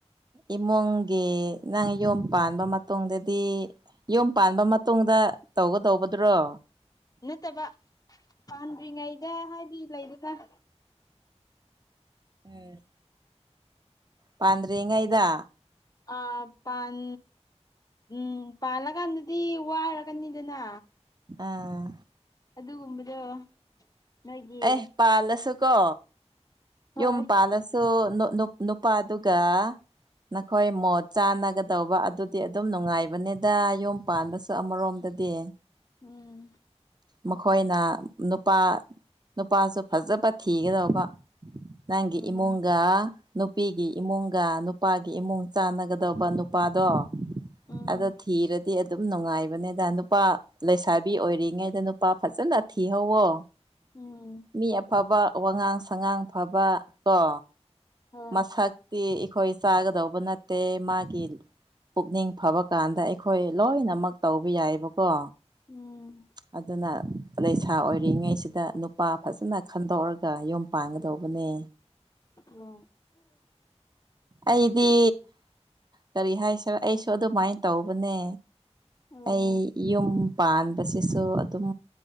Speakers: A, on the right; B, on the left.
A: ꯏꯃꯨꯡꯒꯤ ꯅꯪ ꯌꯨꯝ ꯄꯥꯟꯕ ꯃꯇꯨꯡꯗꯗꯤ ꯌꯨꯝ ꯄꯥꯟꯕ ꯃꯇꯨꯡꯗ ꯇꯧꯒꯗꯧꯕꯗꯨ꯭ꯔꯣ
B: ꯅꯠꯇꯕ ꯄꯥꯟꯗ꯭ꯔꯤꯉꯩꯗ ꯍꯥꯏꯗꯤ ꯂꯩꯗꯅ
A: ꯎꯝ ꯄꯥꯟꯗ꯭ꯔꯤꯉꯥꯏꯗ
B: ꯑꯥ ꯄꯥꯟ ꯎꯝ ꯄꯥꯜꯂꯀꯥꯟꯗꯗꯤ ꯋꯥꯔꯒꯅꯤꯗꯅ
A: ꯑꯥ
B: ꯑꯗꯨꯒꯨꯝꯕꯗꯣ ꯅꯣꯏꯒꯤ
A: ꯑꯦ ꯄꯥꯜꯂꯁꯨ ꯀꯣ
B: ꯍꯣꯏ
A: ꯌꯨꯝ ꯄꯥꯜꯂꯁꯨ ꯅꯨꯄꯥꯗꯨꯒ ꯅꯈꯣꯏ ꯃꯣꯠ ꯆꯥꯟꯅꯒꯗꯧꯕ ꯑꯗꯨꯗꯤ ꯑꯗꯨꯝ ꯅꯨꯡꯉꯥꯏꯕꯅꯤꯗ ꯌꯨꯝ ꯄꯥꯟꯕꯁꯨ ꯑꯃꯔꯣꯝꯗꯗꯤ
B: ꯎꯝ
A: ꯃꯈꯣꯏꯅ ꯅꯨꯄꯥ ꯅꯨꯄꯥꯁꯨ ꯐꯖꯕ ꯊꯤꯒꯗꯧꯕ ꯅꯪꯒꯤ
B: ꯎꯝ
A: ꯏꯃꯣꯒ ꯅꯨꯄꯤꯒꯤ ꯏꯃꯨꯡꯒ ꯅꯨꯄꯥꯒꯤ ꯏꯃꯨꯡ ꯆꯥꯟꯅꯒꯗꯕ ꯅꯨꯄꯥꯗꯣ
B: ꯎꯝ
A: ꯑꯗꯣ ꯊꯤꯔꯗꯤ ꯑꯗꯨꯝ ꯅꯨꯡꯉꯥꯏꯕꯅꯦꯗ ꯅꯨꯄꯥ ꯂꯩꯁꯥꯕꯤ ꯑꯣꯏꯔꯤ ꯉꯩꯗ ꯅꯨꯄꯥ ꯐꯖꯅ ꯊꯤꯍꯧꯋꯣ
B: ꯎꯝ
A: ꯃꯤ ꯑꯐꯕ ꯋꯥꯉꯥꯡ ꯁꯉꯥꯡ ꯐꯕ ꯀꯣ
B: ꯍꯣꯏ
A: ꯃꯁꯛꯇꯤ ꯑꯩꯈꯣꯏ ꯆꯥꯒꯗꯧꯕ ꯅꯠꯇꯦ ꯃꯥꯒꯤ ꯄꯨꯛꯅꯤꯡ ꯐꯕ ꯀꯥꯟꯗ ꯑꯩꯈꯣꯏ ꯂꯣꯏꯅꯃꯛ ꯇꯧꯕ ꯌꯥꯏꯕꯀꯣ
B: ꯎꯝ
A: ꯑꯗꯨꯅ ꯂꯩꯁꯥ ꯑꯣꯏꯔꯤꯉꯩꯁꯤꯗ ꯅꯨꯄꯥ ꯐꯖꯅ ꯈꯟꯗꯣꯛꯔꯒ ꯌꯨꯝ ꯄꯥꯟꯒꯗꯧꯕꯅꯦ
B: ꯑꯣ
A: ꯑꯩꯗꯤ ꯀꯔꯤ ꯍꯥꯏꯁꯔꯦ ꯑꯩꯁꯨ ꯑꯗꯨꯃꯥꯏꯅ ꯇꯧꯕꯅꯦ
B: ꯑꯣ
A: ꯑꯩ ꯌꯨꯝ ꯄꯥꯟꯕꯁꯤꯁꯨ ꯑꯗꯨꯝ